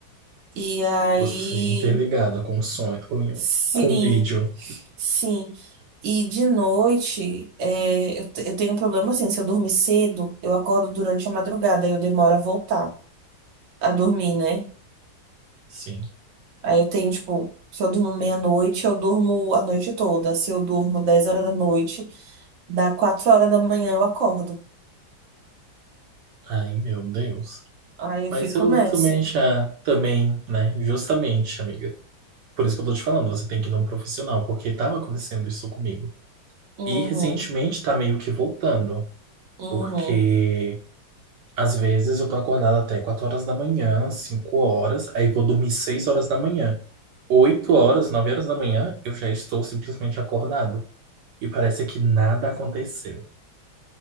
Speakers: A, on the right; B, on the right.
A: E aí.
B: Você interligada com um sonho, com um,
A: Sim,
B: com um vídeo.
A: sim. E de noite, é, eu, te- eu tenho um problema assim: se eu dormir cedo, eu acordo durante a madrugada, eu demoro a voltar a dormir, né?
B: Sim.
A: Aí eu tenho, tipo, se eu durmo meia-noite, eu durmo a noite toda. Se eu durmo 10 horas da noite, dá 4 horas da manhã eu acordo.
B: Ai, meu Deus.
A: Aí eu
B: Mas
A: fico
B: eu
A: nessa.
B: também já, também, né, justamente, amiga. Por isso que eu tô te falando, você tem que ir num profissional, porque estava acontecendo isso comigo.
A: Uhum,
B: E recentemente tá meio que voltando,
A: uhum,
B: porque às vezes eu tô acordado até 4 horas da manhã, 5 horas, aí vou dormir 6 horas da manhã. oito horas, 9 horas da manhã, eu já estou simplesmente acordado. E parece que nada aconteceu.